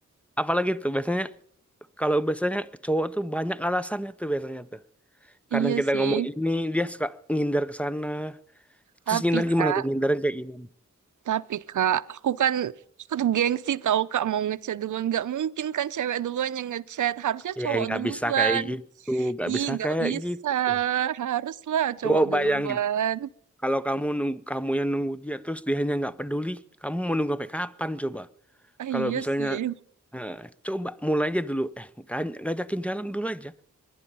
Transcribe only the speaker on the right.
iya
sih.
Tapi
Kak,
tapi Kak, aku kan aku tuh gengsi tau Kak mau ngechat duluan. Nggak mungkin kan cewek duluan yang ngechat. Harusnya cowok
duluan.
Ih,
nggak
bisa.
Haruslah cowok
duluan.
Ah, iya
sih.